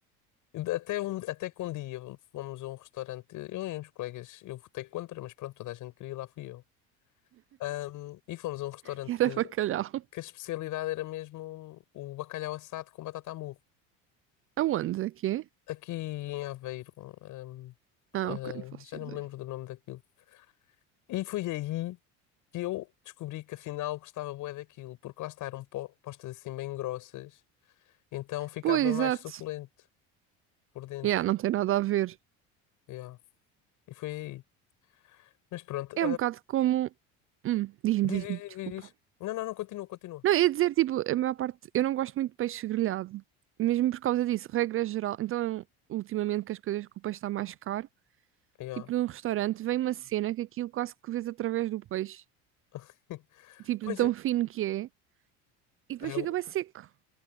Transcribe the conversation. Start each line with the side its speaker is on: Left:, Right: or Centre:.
Left: Até, um, até que um dia fomos a um restaurante, eu e uns colegas, eu votei contra, mas pronto, toda a gente queria ir lá, fui eu. Ahm, e fomos a um restaurante
Right: <laughs> e era bacalhau.
Left: que
Right: <laughs>
Left: a especialidade era mesmo o bacalhau assado com batata à murro.
Right: Aonde é que é?
Left: Aqui em Aveiro, ahm,
Right: Ah,
Left: ah,
Right: ok, não faço
Left: já não
Right: ideia.
Left: me lembro do nome daquilo. E foi aí que eu descobri que afinal gostava bué daquilo, porque lá está, eram po- postas assim bem grossas, então ficava
Right: Pois, exato.
Left: mais suculento por dentro.
Right: Yeah, não tem nada a ver.
Left: Yeah. E foi aí. Mas pronto.
Right: É um bocado como. Hum, diz-me,
Left: Diz,
Right: diz-me,
Left: diz,
Right: desculpa.
Left: diz, diz. Não, não, não, continua, continua.
Right: Não, ia dizer, tipo, a maior parte, eu não gosto muito de peixe grelhado, mesmo por causa disso, regra geral. Então, ultimamente que as coisas, que o peixe está mais caro.
Left: Yeah.
Right: tipo num restaurante, vem uma cena que aquilo quase que vês através do peixe,
Left: <laughs>
Right: tipo
Left: Pois
Right: de tão
Left: é,
Right: fino que é, e depois
Left: eu,
Right: fica bem seco.